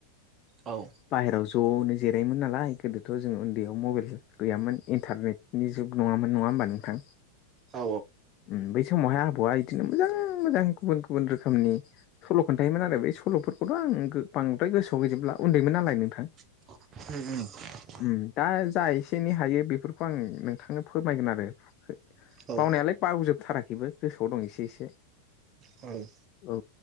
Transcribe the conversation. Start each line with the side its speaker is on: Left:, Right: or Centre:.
Right: औ
Left: बाहेरायाव ज'नो जिरायोमोन नालाय गोदोथ' जों ओन्दैयाव मबाइल गैयामोन इन्टारनेटनि जुग नङामोन नङा होमबा नोंथां
Right: औ
Left: उम बै समावहाय आबौआ बिदिनो मोजां मोजां गुबुन गुबुन रोखोमनि सल' खोन्थायोमोन आरो ब सल'फोरखौथ' आं गो बांद्राय गोसोआव होजोबला उन्दैमोन नालाय नोंथां
Right: <inaudible> <inaudible>
Left: उम दा जा एसे एनै हायो बे बेफोरखौ आं नोंथांनो फोरमायगोन आरो
Right: औ
Left: बावनायालाय बावजोबथाराखैबो गोसोआव दं एसे एसे
Right: औ
Left: औ